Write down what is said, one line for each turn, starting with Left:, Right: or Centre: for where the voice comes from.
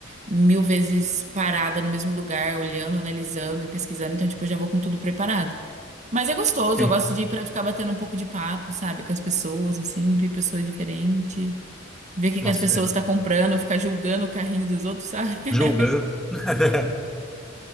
Right: mil vezes parada no mesmo lugar, olhando, analisando e pesquisando, então, tipo, eu já vou com tudo preparado. Mas é gostoso,
Centre: Sim.
Right: eu gosto de ir pra ficar batendo um pouco de papo, sabe, com as pessoas, assim, ver pessoa diferente, ver o que
Centre: Nossa,
Right: que as pessoas
Centre: é, não.
Right: estão comprando, ficar julgando o carrinho dos outros, sabe?
Centre: Julgando.
Right: <laughs>
Centre: <laughs>